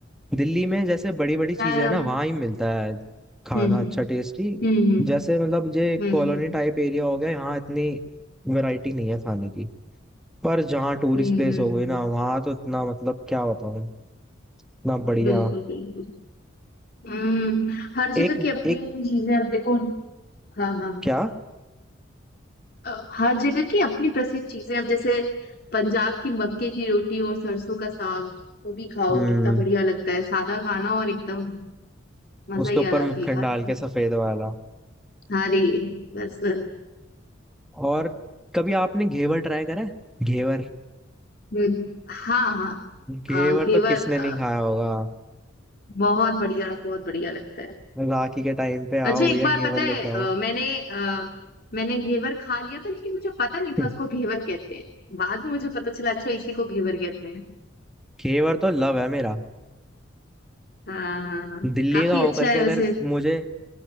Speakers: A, in the centre; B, on the left.
A: दिल्ली में जैसे बड़ी बड़ी चीजें
B: यार
A: हैं ना
B: अब-
A: वहाँ ही मिलता है खाना
B: हम्म हम्म
A: अच्छा टेस्टी
B: हम्म
A: जैसे मतलब ये
B: हम्म
A: कॉलोनी
B: हम्म हम्म
A: टाइप एरिया हो गया यहाँ इतनी वैरायटी नहीं है खाने की पर जहाँ टूरिस्ट
B: हम्म,
A: प्लेस
B: हम्म, हम्म,
A: हो गई
B: हम्म।
A: ना वहाँ तो इतना मतलब क्या बताऊँ इतना बढ़िया
B: बिल्कुल बिल्कुल हम्म हर जगह
A: एक
B: की अपनी
A: एक
B: चीजें अब देखो हाँ हाँ हाँ।
A: क्या
B: अ, हर जगह की अपनी प्रसिद्ध चीजें अब जैसे पंजाब की मक्के की रोटी और सरसों का साग वो भी खाओ
A: हम्म
B: कितना बढ़िया लगता है सादा खाना और एकदम मजा
A: उसके
B: ही
A: ऊपर
B: आ जाती
A: मक्खन
B: है खाने
A: डाल के
B: में
A: सफेद वाला
B: हाँ रे बस बस
A: और कभी आपने घेवर ट्राई करा है? घेवर
B: हम्म, हाँ हाँ
A: घेवर
B: हाँ घेवर
A: तो किसने
B: अ,
A: नहीं खाया होगा
B: बहुत बढ़िया बहुत बढ़िया लगता है
A: राखी के टाइम पे आओ
B: अच्छा
A: भैया
B: एक बार
A: घेवर
B: पता
A: लेके
B: है अ,
A: आओ
B: मैंने अ, मैंने घेवर खा लिया था लेकिन मुझे पता नहीं
A: <laughs>
B: था उसको घेवर कहते हैं बाद में मुझे पता चला अच्छा इसी को घेवर कहते हैं
A: घेवर तो लव है मेरा
B: हाँ हाँ हाँ हाँ।
A: दिल्ली
B: काफी
A: का होकर
B: अच्छा
A: के
B: है
A: अगर
B: वैसे
A: मुझे